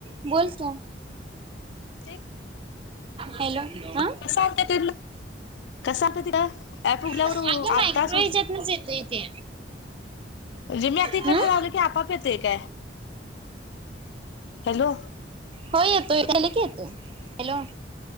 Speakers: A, on the right (about 30°); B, on the left (about 70°).
A: <inaudible> बोलतो
B: ते
A: हॅलो हा
B: <unintelligible> कसा आलता तिथं या उघल्यावर
A: अगं
B: आलतास
A: मायक्रो ह्याच्यातनच येतोय ते
B: म्हणजे मी आता इकडे
A: हम्म
B: लावला की आपआप ते का आहे हॅलो
A: हो येतोय की केले की येतो हॅलो,